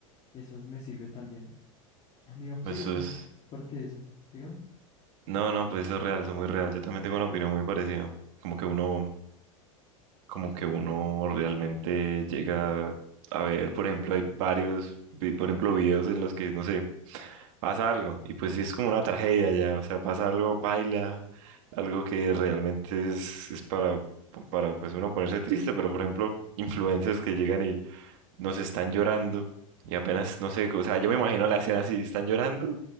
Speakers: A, on the left; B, on the right.
A: Eso me sirve también. Digamos,
B: Eso
A: sí, o sea,
B: es...
A: parte de eso. Dígame.
B: No, no, pues eso es real, eso es muy real. Yo también tengo una opinión muy parecida. Como que uno como que uno realmente llega a ver, por ejemplo, hay varios, vi- por ejemplo, videos en los que, no sé, pasa algo y pues sí es como una tragedia ya, o sea, pasa algo, baila, algo que realmente es, es para, para pues uno ponerse triste, pero por ejemplo, influencers que llegan y nos están llorando y apenas, no sé, o sea, yo me imagino la escena así, están llorando.